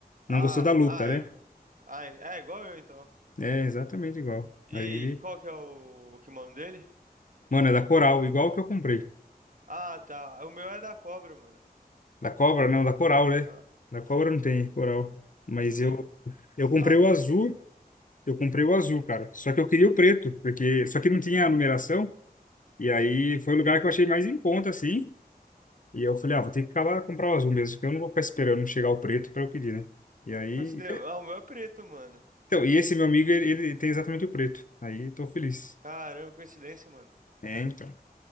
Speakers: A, on the right; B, on the left.
A: Ah,
B: Não gostou da luta,
A: ah, é,
B: né?
A: igu- ah, é igual eu então.
B: É exatamente igual.
A: E
B: Aí,
A: qual que é o, o kimono dele?
B: mano, é da Coral, igual o que eu comprei.
A: Ah, tá. O meu é da cobra, mano.
B: Da Cobra, não, da Coral, né?
A: Aham.
B: Da Cobra não tem Coral. Mas
A: Não tem.
B: eu,
A: co-
B: eu comprei
A: Ah,
B: o
A: deve
B: azul.
A: ser então.
B: Eu comprei o azul, cara. Só que eu queria o preto, porque só que não tinha a numeração. E aí foi o lugar que eu achei mais em conta, assim. E eu falei, ah, vou ter que acabar comprar o azul mesmo, porque eu não vou ficar esperando chegar o preto para eu pedir, né? E aí.
A: Coincidência. Ah, o meu é preto, mano.
B: Então, e esse meu amigo, ele, ele tem exatamente o preto. Aí tô feliz.
A: Caramba, coincidência, mano.
B: É, então.